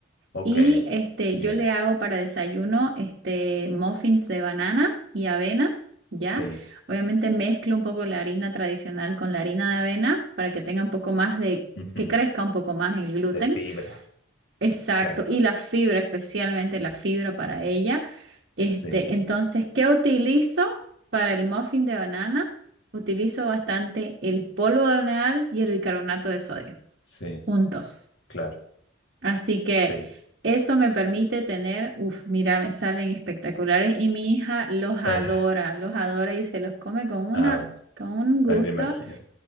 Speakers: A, on the left (about 60°); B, on the right (about 55°).
A: Ok.
B: Y este,
A: Bien.
B: yo le hago para desayuno este, muffins de banana y avena, ¿ya?
A: Sí.
B: Obviamente mezclo un poco la harina tradicional con la harina de avena para que tenga un poco más de,
A: Ujú,
B: que crezca un poco más el gluten.
A: De fibra.
B: Exacto,
A: Claro.
B: y la fibra, especialmente la fibra para ella. Este,
A: Sí,
B: entonces, ¿qué utilizo para el muffin de banana? Utilizo bastante el polvo de hornear y el bicarbonato de sodio,
A: sí,
B: juntos.
A: claro,
B: Así que
A: sí. <laughs>
B: eso me permite tener, uff, mira, me salen espectaculares y mi hija los adora,
A: Eh,
B: los adora y se los come con una,
A: ah,
B: con un gusto.
A: ahí me imagino.